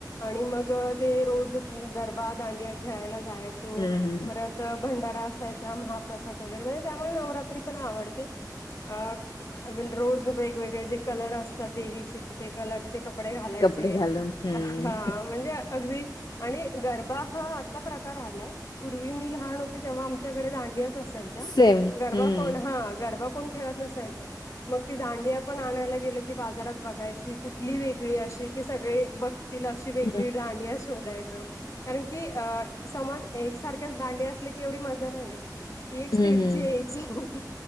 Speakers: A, on the left (about 45°); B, on the left (about 70°).
A: आणि मग. ते रोज गरबा दांडिया खेळायला जायचो
B: हं, हं.
A: परत. तर भंडारा असायचा महाप्रसाद वगैरे म्हणजे त्यामुळे नवरात्री पण आवडते. अ <unintelligible> रोज वेगवेगळे जे कलर असतात देवीचे ते कलर. चे कपडे घालायचे
B: कपडे घालून. हं.
A: हा म्हणजे. अगदी आणि गरबा हा आता प्रकार आलायं. पूर्वी मी लहान होते तेव्हा आमच्याकडे दांडियाच असायच्या
B: सेम.
A: गरबा
B: हं.
A: पण हा गरबा. कोण खेळत नसायचं. मग ती दांडिया पण आणायला गेलं की बाजारात बघायची कुठली वेगळी अशी की सगळे बघ. तिला अशी वेगळी
B: हं,
A: दांडिया शोधायचो. कारण की अ समान एकसारख्याच दांडिया असल्या की एवढी मजा नाहीे येत. ती एक स्टीलची
B: हं, हं.
A: यायची हू हुं